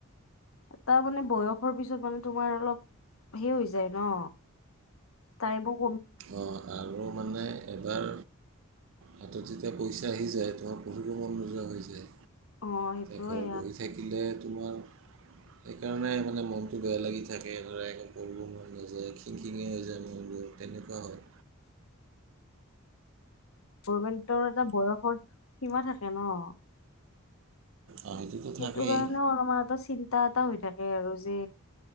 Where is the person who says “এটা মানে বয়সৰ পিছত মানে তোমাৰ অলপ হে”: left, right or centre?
Left